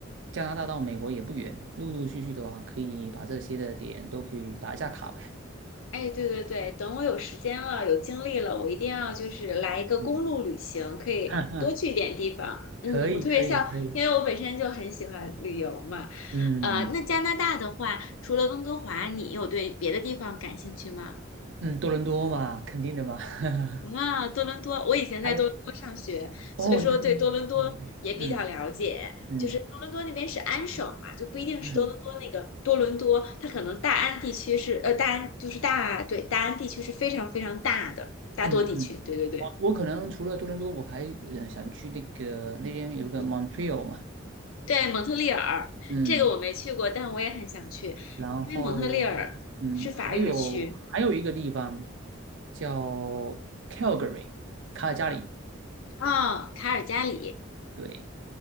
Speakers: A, on the right; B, on the left.
A: 加拿大到美国也不远，陆陆续续的话，可以把这些的点都可以打一下卡呗。
B: 哎，对对对，等我有时间了，有精力了，我一定要就是来一个公路旅行，
A: 嗯，
B: 可以多去一点地方。
A: <laughs> 哈哈，
B: 嗯，
A: 可以，
B: 我特别像，
A: 可以，可以。
B: 因为我本身就很喜欢旅游嘛。
A: 嗯
B: 呃，那加拿大的话，除了温哥华，你有对别的地方感兴趣吗？
A: 嗯，多伦多嘛，肯定的嘛。<laughs>
B: 啊，多伦多，我以前在多伦多上学，
A: 还有。
B: 所以说对多伦多也比较了解。
A: 哦，你在多伦多，嗯嗯嗯
B: 就是多伦多那边是安省嘛，就不一定是多伦多那个多伦多，
A: 嗯
B: 它可能大安地区是呃大安就是大对大安地区是非常非常大的大多地区，
A: 嗯嗯嗯，
B: 对对对，
A: 我我可能除了多伦多，我还呃想去那个那边有一个
B: 嗯
A: Montreal 嘛，
B: 对蒙特利尔这个我没去过，
A: 嗯，
B: 但我也很想去，
A: 然后嗯，
B: 因为蒙特利尔是法语区
A: 还有还有一个地方叫 Calgary 卡尔加里，
B: 啊，卡尔加里，
A: 对，